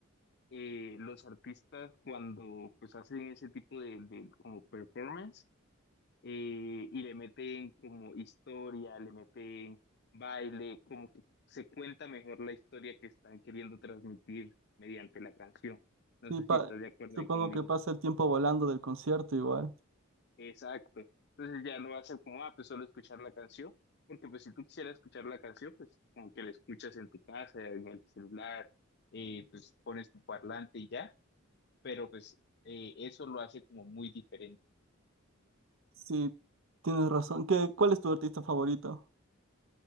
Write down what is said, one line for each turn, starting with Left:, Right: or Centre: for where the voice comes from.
Left: eh, los artistas cuando pues hacen ese tipo de, de como performance eh, y le meten como historia, le meten baile, como que se cuenta mejor la historia que están queriendo transmitir mediante la canción. No
Right: sí,
Left: sé
Right: pa-
Left: si estás de acuerdo
Right: supongo
Left: ahí conmigo.
Right: que pasa el tiempo volando del concierto igual.
Left: Exacto. Entonces ya no va a ser como, ah, pues solo escuchar la canción, porque pues si tú quisieras escuchar la canción, pues como que la escuchas en tu casa, en el celular, eh, pues pones tu parlante y ya, pero pues eh, eso lo hace como muy diferente.
Right: Sí, tienes razón. ¿Qué, cuál es tu artista favorito?